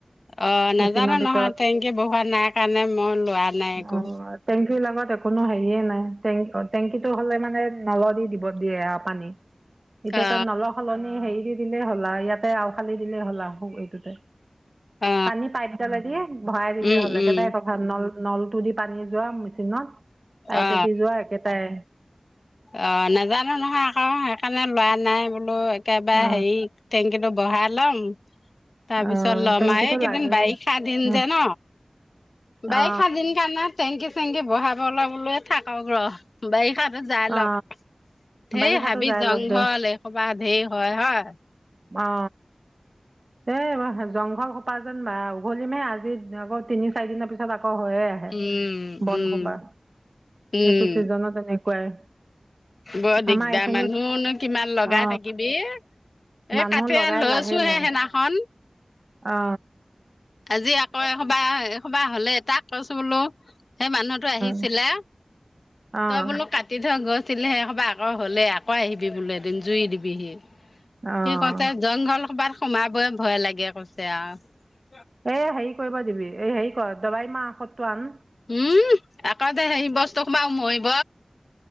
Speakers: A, on the left; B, on the right.
A: অ নাজানো
B: মেচিনৰ ভিতৰত
A: নহয় টেংকি বহুৱা ৱা নাই কাৰণে মই লোৱা নাই একো
B: অ', টেংকিৰ লগত কোনো হেৰিয়ে নাই টেং টেংকিটো হলে মানে নল দি দিব দিয়ে পানী। এতিয়া
A: অ
B: তাত নল সলনি হেৰি দি দিলেই হলা ইয়াতে আল খালি দিলেই হ'লা এইটোতে।
A: অ
B: পানী পাইপ দালে দি ভৰাই দিলে
A: উম
B: হ'লে একেইটাই
A: উম
B: কথা নল নলটো দি পানী যোৱা মেচিনত পাইপেদি
A: অ
B: যোৱা একেটাই।
A: অ নাজানো নহয় আকৌ সেইকাৰণে লৰা নাই বোলো একবাৰে
B: অ
A: হেৰি টেঙংকীটো বহাই লম তাৰ পিছত
B: অ
A: লম
B: টেংকিটো
A: কেইদিন
B: লাগে
A: বাৰিষা দিম
B: উম
A: যে ন? বাৰিষা
B: অ
A: দিন কাৰণে টেংকি চেঙংকি বহাব লবলৈ থাকক ৰহ বাৰিষা দ যাই
B: অ
A: লক ধেই
B: বাৰিষাতো
A: হাবি
B: যাই
A: জংঘল
B: লগ দে
A: এইসবা ঢেৰ হয় হয়।
B: অ এই জংঘল সোপা যেন বা উঘলিমহে আজি নগদ তিনি চাৰি দিনৰ পিছত আকৌ হৈয়ে আহে
A: উম
B: বনসোপা।
A: উম উম
B: এইটো ছিজনত এনেকুৱাই।
A: বৰ দিগদাৰ
B: আমাৰ এইখিনিত
A: মানুহনো কিমান লগাই
B: অ
A: থাকিবি। এ
B: মানুহ
A: কাটি
B: লগাই
A: লৈ
B: লাভেই
A: আছো
B: নাই
A: হে সেইনাখন।
B: অ
A: আজি আকৌ এসোপা এসোপা হ'লে এটাক কৈছো বোলো সেই মানুহতো আহিছিলে
B: অ অঁ
A: তই বোলো কাটি থ। গৈছিলেহেই সবা আকৌ হ'লে আকৌ আহিবি বোলে এদিন জুই দিবিহি।
B: অঁ
A: কি কৈছে জংঘল কবাৰ সোমাবই ভয় লাগে কৈছে আৰু।
B: এ হেৰি কৰিব দিবি, এই হেৰি কৰ দবাই মাহ সতটো আন।
A: উম আকৌ দে সে বস্তুসোপা মৰিব